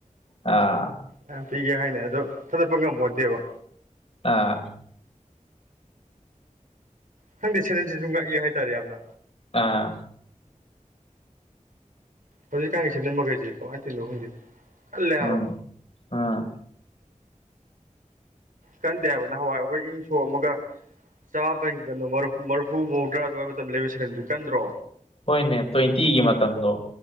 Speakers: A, on the left; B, on the right.
A: ꯑ
B: ꯌꯥꯝ ꯄꯤꯒꯦ ꯍꯥꯏꯅꯦ ꯑꯗꯣ ꯊꯥꯗꯠꯄ ꯉꯝꯕꯣ ꯅꯠꯇꯦꯕ
A: ꯑꯥ
B: ꯈꯪꯗꯦ ꯁꯦꯔꯟꯁꯤꯁꯨ ꯉꯛꯑꯦ ꯍꯥꯏꯇꯥꯔꯦ ꯌꯥꯝꯅ
A: ꯑꯥ
B: ꯍꯧꯖꯤꯛ ꯀꯥꯡꯉꯁꯤꯅꯃꯒꯩꯁꯤꯦ ꯀꯃꯥꯏꯅ ꯇꯤꯟꯣ ꯍꯪꯗꯦ ꯀꯜꯂꯦ ꯍꯥꯏꯕ
A: ꯎꯝ ꯎꯝ
B: ꯀꯟꯗꯦ ꯍꯥꯏꯕ ꯅꯍꯥꯟꯋꯥꯏ ꯑꯩꯈꯣꯏ ꯏꯪ ꯁꯣꯛꯑꯃꯒ ꯆꯃꯥꯄꯟ ꯀꯩꯅꯣ ꯃꯔꯐꯨ ꯃꯧꯗ꯭ꯔꯥ ꯑꯗꯨꯋꯥꯏ ꯃꯇꯝ ꯂꯩꯕ ꯁꯀꯟꯗꯨ ꯀꯟꯗ꯭ꯔꯣ
A: ꯍꯣꯏꯅꯦ ꯇ꯭ꯋꯦꯟꯇꯤꯒꯤ ꯃꯇꯝꯗꯣ